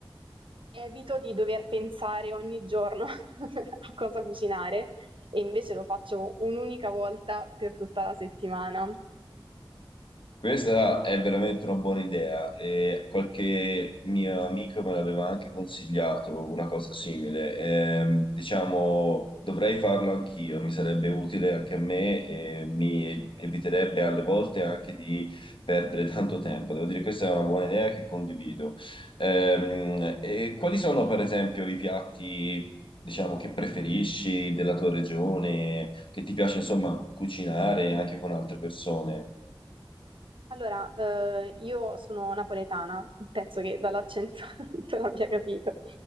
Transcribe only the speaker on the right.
Evito di dover pensare ogni giorno <laughs> a cosa cucinare e invece lo faccio un'unica volta per tutta la settimana.
Allora, eh, io sono napoletana, penso che dall'accento <laughs> tu l'abbia capito.